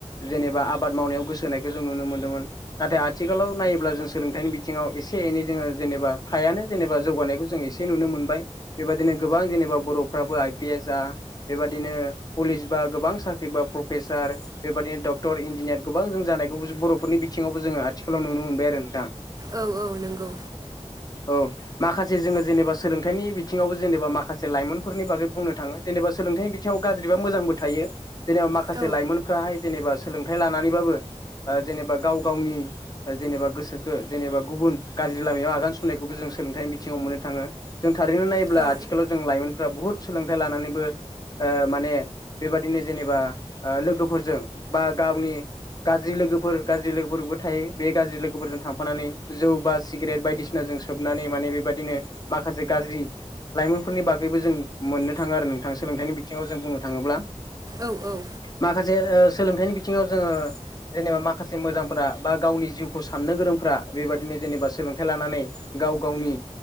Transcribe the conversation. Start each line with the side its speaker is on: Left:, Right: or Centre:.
Left: जेनेबा आबाद मावनायाव गोसो होनायखौ जों नुनो मोन्दोंमोन। नाथाय आथिखालाव नायोब्ला जों सोलोंथाइनि बिथिङाव एसे एनै जोङो जेनेबा फायानो जेनेबा जौगानायखौ जों एसे एसे नुनो मोनबाय बेबायदिनो गोबां जेनेबा बर'फ्राबो आइ पि एस जा बेबादिनो पुलिस बा गोबां साख्रि बा प्रफेसार बेबादिनो डक्टर, इन्जिनियार गोबां जों जानायखौबो बर'फोरनि बिथिङावबो जोङो आथिखालाव नुनो मोनबाय आरो नोंथां।
Right: औ औ नोंगौ।
Left: औ माखासे जोङो जेनेबा सोलोंथाइनि बि थिङावबो जेनेबा माखासे लाइमोनफोरनि बागै बुंनो थाङो जेनेबा सोलोंथाइनि बिथिङाव गाज्रि बा मोजांबो थायो। जेनेबा माखासे
Right: औ
Left: लाइमोनफ्राहाय जेनेबा सोलोंथाइ लानानैबाबो जेनेबा गाव गावनि जेनेबा गोसोखो जेनेबा गुबुन गाज्रि लामायाव आगान सुरनायखौबो जों सोलोंथाइनि बिथिङाव मोननो थाङो। जों थारैनो नायोब्ला
Right: औ
Left: आथिखालाव जों लाइमोनफोरा बुहुत सोलोंथाइ लानानैबो ओ माने बेबादिनो जेनेबा लोगोफोरजों बा गावनि गाज्रि लोगोफोर गाज्रि लोगोफोरबो थायो बे गाज्रि लोगोफोरजों थांफानानै जौ बा सिगारेट बायदिसि सिनाजों सोबनानै माने बेबायदिनो माखासे गाज्रि लाइमोनफोरनि बागैबो जों मोननो थाङो आरो नोंथां सोलोंथाइनि बिथिङाव जों बुंनो थाङोब्ला।
Right: औ औ।
Left: माखासे सोलोंथाइनि बिथिङाव जोङो जेनेबा माखासे मोजांफोरा बा गावनि जिउखौ साननो गोरोंफ्रा बेबादिनो जेनेबा सोलोंथाइ लानानै गाव गावनि